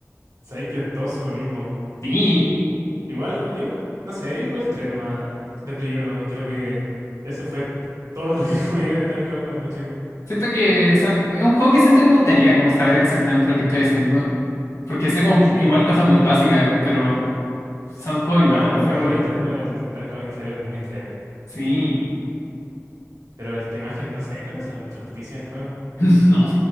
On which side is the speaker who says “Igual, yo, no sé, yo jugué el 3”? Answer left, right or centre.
Right